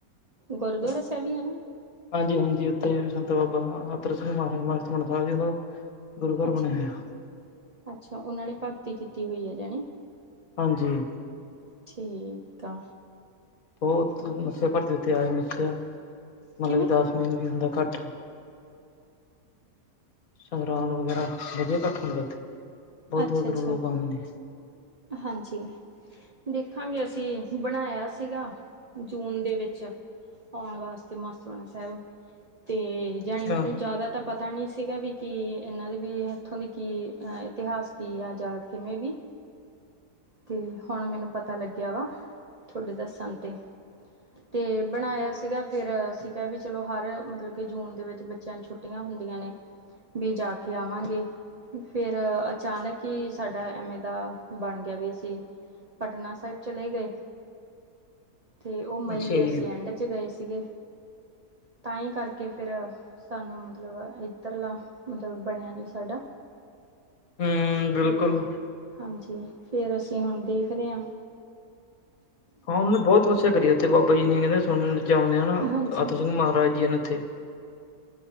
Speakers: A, on the right; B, on the left.
A: ਗੁਰਦੁਆਰਾ ਸਾਹਿਬ ਈ ਐ ਨਾ।
B: ਹਾਂਜੀ ਹਾਂਜੀ ਉੱਥੇ ਸੰਤ ਬਾਬਾ ਆਦਰ ਸਿੰਘ ਮਹਾਰਾਜ ਮ ਸਾਹਿਬ ਜੀ <unintelligible> ਗੁਰੂ ਘਰ
A: ਅੱਛਾ
B: ਬਣਿਆ ਹੋਇਆ
A: ਅੱਛਾ, ਉਹਨਾਂ ਨੇ ਭਗਤੀ ਕੀਤੀ ਹੋਈ ਆ ਜਣੀ।
B: ਹਾਂਜੀ।
A: ਠੀਕ ਆ।
B: ਬਹੁਤ ਮੱਸਿਆ ਭਰਦੇ ਉੱਤੇ ਆਏ <unintelligible> ਮਤਲਬ
A: ਕਿਵੇਂ
B: ਕਿ ਦਸ ਮਹੀਨੇ ਵੀ ਹੁੰਦਾ ਕੱਠ ਸੰਗਰਦ ਵਗੈਰਾ ਵਧੀਆ ਇਕੱਠ ਹੁੰਦਾ ਉੱਥੇ ਬਹੁਤ
A: ਅੱਛਾ
B: ਦੂਰੋਂ-ਦੂਰੋਂ
A: ਅੱਛਾ
B: ਲੋਕ ਆਉਂਦੇ ਨੇ।
A: ਹਾਂਜੀ। ਦੇਖਾਂਗੇ ਅਸੀਂ ਬਣਾਇਆ ਸੀਗਾ ਜੂਨ ਦੇ ਵਿੱਚ ਆਉਣ ਵਾਸਤੇ ਮਸਤ ਬਣਾ ਸਾਹਿਬ। ਤੇ
B: ਅੱਛਾ,
A: ਜਾਣੀ ਮੈਨੂੰ ਜ਼ਿਆਦਾ ਤਾਂ ਪਤਾ ਨਹੀਂ ਸੀਗਾ ਵੀ ਕਿ ਐ। ਇਹਨਾਂ ਦੀ ਵੀ ਇੱਥੋਂ ਦੀ ਕੀ ਇਤਿਹਾਸ ਕੀ ਆ ਜਾਂ ਕਿਵੇਂ ਵੀ ਤੇ ਹੁਣ ਮੈਨੂੰ ਪਤਾ ਲੱਗਿਆ ਵਾ ਤੁਹਾਡੇ ਦੱਸਣ ਤੇ ਤੇ ਬਣਾਇਆ ਸੀਗਾ ਫਿਰ ਸੀਗਾ ਵੀ ਚਲੋ ਹਰ ਮਤਲਬ ਕਿ ਜੂਨ ਦੇ ਵਿੱਚ ਬੱਚਿਆਂ ਨੂੰ ਛੁੱਟੀ ਛੁੱਟੀਆਂ ਹੁੰਦੀਆਂ ਨੇ ਵੀ ਜਾ ਕੇ ਆਵਾਂਗੇ। ਫਿਰ ਅਚਾਨਕ ਹੀ ਸਾਡਾ ਐਵੇਂ ਦਾ ਬਣ ਗਿਆ ਵੀ ਪਟਨਾ ਸਾਹਿਬ ਚਲੇ ਗਏ। ਤੇ ਉਹ ਮਈ
B: ਅੱਛਾ
A: ਦੇ
B: ਜੀ,
A: ਅਸੀਂ ਐਂਡ 'ਚ ਗਏ ਸੀਗੇ ਤਾਂ ਹੀ ਕਰਕੇ ਫਿਰ ਸਾਨੂੰ ਮਤਲਬ ਇੱਧਰਲਾ ਮਤਲਬ ਬਣਿਆ ਨੀ ਸਾਡਾ
B: ਹੂੰ ਬਿਲਕੁਲ।
A: ਤੇ ਹਾਂਜੀ ਫਿਰ ਅਸੀਂ ਹੁਣ ਦੇਖਦੇ ਹਾਂ।
B: ਹਾਂ ਉਹਨਾਂ ਨੇ ਬਹੁਤ ਕੁਛ ਸਿਆ ਕਰੀ ਉੱਥੇ ਬਾਬਾ ਜੀ ਨੇ ਕੈਂਦੇ ਸੁਣਦੇ ਆ ਨਾ
A: ਹਾਂਜੀ
B: ਆਤਰ ਸਿੰਘ ਮਹਾਰਾਜ ਜੀ ਨੇ ਉੱਥੇ